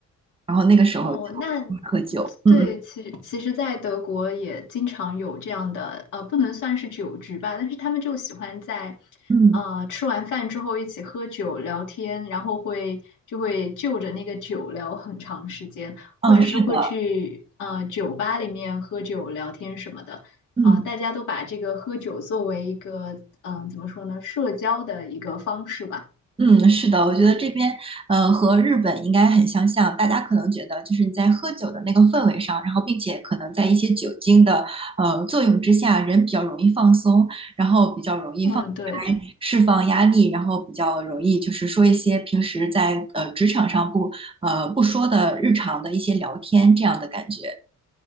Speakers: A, on the right; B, on the left.
A: 然后那个时候就
B: 哦，那
A: 喝酒，
B: 对，
A: 嗯嗯
B: 其实其实，在德国也经常有这样的，呃，不能算是酒局吧，但是他们就喜欢在，
A: 嗯。
B: 呃，吃完饭之后一起喝酒聊天，然后会就会就着那个酒聊很长时间，
A: 嗯，
B: 或者是会去呃酒吧里面喝酒聊天什么的，
A: 是的，嗯
B: 啊、大家都把这个喝酒作为一个，嗯、怎么说呢，社交的一个方式吧，
A: 嗯，是的，我觉得这边呃和日本应该很相像，大家可能觉得就是你在喝酒的那个氛围上，然后并且可能在一些酒精的呃作用之下，人比较容易放松，然后比较容易放开释放压力，
B: 嗯，对。
A: 然后比较容易就是说一些平时在呃职场上不呃不说的日常的一些聊天这样的感觉。